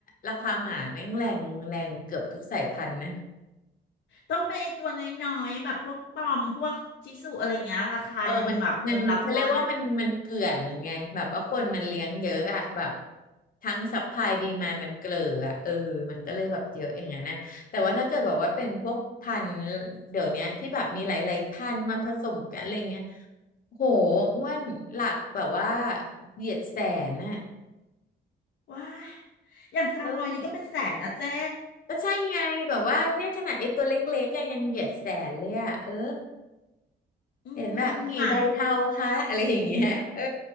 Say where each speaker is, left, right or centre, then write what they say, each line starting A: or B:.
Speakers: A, on the left (about 45°); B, on the left (about 65°).
A: ราคาหมาแม่งแรงแรงเกือบทุกสายพันธุ์นะ
B: ต้องเป็นไอ้ตัวน้อยๆแบบพวกปอมพวกชิสุอะไรเงี้ยราคายังแบบเออรับได้
A: เออมันมันเขาเรียกว่ามันมันเกลื่อนไง แบบว่าคนมันเลี้ยงเยอะอะแบบทั้งซัพพลายดีมานมันเกลืออะเออมันก็เลยแบบเยอะอย่างนั้นนะแต่ว่าถ้าเกิดแบบว่าเป็นพวกพันธุ์เดี๋ยวเนี้ยที่แบบมีหลายๆพันธุ์มาผสมกันอะไรเงี้ยโหอ้วนหลักแบบว่าเหยียดแสนน่ะ
B: ว้ายอย่างซามอยนี่ก็เป็นแสนนะเจ๊
A: เออก็ใช่ไงแบบว่าเนี่ยขนาดไอ้ตัวเล็กๆก็ยังเหยียดแสนเลยอะเออ
B: อืมหมัน
A: เห็นแบบกี่ใบเทาคะอะไรอย่างเงี้ยเออ